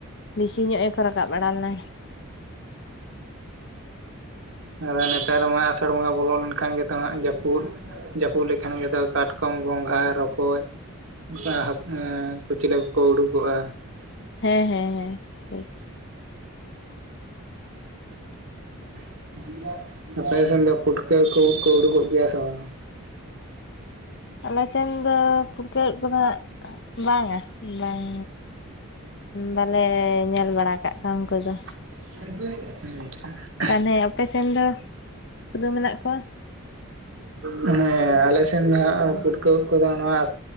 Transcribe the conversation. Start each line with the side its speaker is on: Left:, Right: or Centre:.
Left: ᱵᱤᱥᱤ ᱧᱚᱜ ᱮ ᱠᱚ ᱨᱟᱠᱟᱵ ᱵᱟᱲᱟ ᱞᱮᱱᱟ
Right: ᱦᱩᱸ ᱟᱫᱚ ᱱᱮᱛᱟᱨ ᱢᱟ ᱟᱥᱟᱲ ᱵᱚᱸᱜᱟ ᱵᱚᱞᱚ ᱞᱮᱱᱠᱷᱟᱱ ᱜᱮᱛᱚ ᱦᱟᱸᱜ ᱡᱟᱹᱯᱩᱫ ᱡᱟᱹᱯᱩᱫ ᱞᱮᱠᱷᱟᱱ ᱜᱮᱛᱚ ᱠᱟᱴᱠᱚᱢ ᱜᱚᱸᱜᱷᱟ ᱨᱚᱠᱚᱡ ᱠᱟ ᱠᱚᱪᱞᱟᱹ ᱠᱚᱠᱚ ᱩᱰᱩᱠᱚᱜᱼᱟ
Left: ᱦᱮᱸ ᱦᱮᱸ ᱦᱮᱸ ᱴᱷᱤᱠ
Right: <inaudible> ᱟᱯᱮ ᱥᱮᱱ ᱫᱚ ᱯᱩᱴᱠᱟᱹ ᱠᱚ ᱩᱫ ᱠᱚ ᱩᱰᱩᱠᱚᱜ ᱜᱮᱭᱟ ᱥᱮ ᱵᱟᱝ
Left: ᱟᱞᱮᱥᱱ ᱫᱚ ᱯᱩᱨᱠᱟᱹ ᱩᱫ ᱠᱚᱫᱚ ᱦᱟᱸᱜ ᱵᱟᱝᱼᱟ ᱵᱟᱝ ᱵᱟᱞᱮ ᱧᱮᱞ ᱵᱟᱲᱟ ᱠᱟᱜ <inaudible> ᱠᱚᱫᱚ
Right: <unintelligible>
Left: ᱢᱟᱱᱮ ᱟᱯᱮᱥᱱ ᱫᱚ ᱠᱚᱫᱚ ᱢᱮᱱᱟᱜ ᱠᱚᱣᱟ
Right: ᱦᱮᱸ ᱟᱞᱮ ᱥᱮᱱ ᱫᱚ ᱦᱟᱸᱜ ᱯᱩᱴᱠᱟᱹᱣ ᱠᱚᱫᱚ ᱱᱚᱣᱟ